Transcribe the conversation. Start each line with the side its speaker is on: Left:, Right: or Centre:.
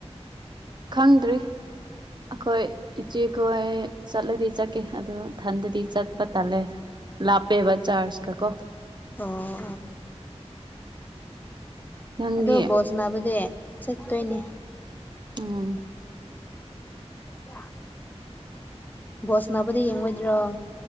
Right: ꯈꯪꯗ꯭ꯔꯤ ꯑꯩꯈꯣꯏ ꯏꯆꯦꯈꯣꯏ ꯆꯠꯂꯗꯤ ꯆꯠꯀꯦ ꯑꯗꯨꯣ ꯊꯟꯗꯗꯤ ꯆꯠꯄ ꯇꯜꯂꯦ ꯂꯥꯞꯄꯦꯕ ꯆꯥꯔꯖꯀ ꯀꯣ
Left: ꯑꯣ
Right: ꯅꯪꯗꯤ
Left: ꯑꯗꯣ ꯕꯣꯖ ꯁꯥꯅꯕꯥꯗꯤ ꯆꯠꯇꯣꯏꯅꯦ
Right: ꯎꯝ
Left: ꯗ ꯕꯥꯜꯂ ꯁꯥꯅꯕꯥꯗꯤ ꯌꯦꯡꯉꯣꯏꯗ꯭ꯔꯣ